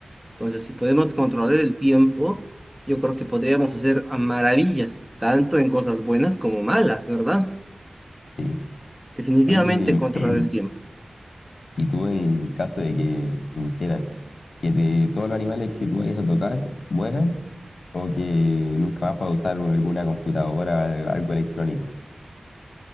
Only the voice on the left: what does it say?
Sí.
Oye, de-
<clears throat> Y tú, en el caso de que te pusieran, que de todos los animales que tú vayas a tocar mueran, o que nunca más puedas usar un- alguna computadora, algo electrónico.